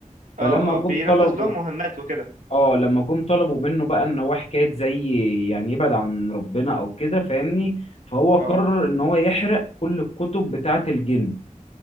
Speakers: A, on the left; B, on the right.
A: فلما
B: اه
A: جم
B: اه بينفذ
A: طلبوا
B: لهم مهمات وكده
A: اه لما جم طلبوا منه بقى ان هو حكايه زي يعني يبعد عن ربنا او كده فاهمني فهو قرر
B: اه
A: ان هو يحرق كل الكتب بتاعه الجن